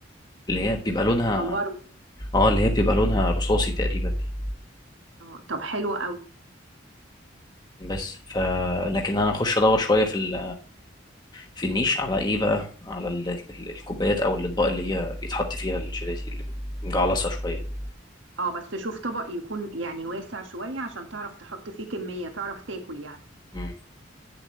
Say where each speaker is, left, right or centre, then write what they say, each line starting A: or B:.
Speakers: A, on the left (about 20°); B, on the right (about 75°).
A: اللي هي بيبقى لونها
B: بتكوره دي
A: اه اللي هي بيبقى لونها رصاصي تقريبا دي
B: اه طب حلو قوي
A: بس ف لكن انا اخش ادور شويه في ال... في النيش على ايه بقى على ال... ال- الكوبايات او الاطباق اللي هي بيتحط فيها الجيلاتي اللي مجعلصه شويه دي
B: اه بس شوف طبق يكون يعني واسع شوية عشان تعرف تحط فيه كمية تعرف تاكل يعني
A: مم.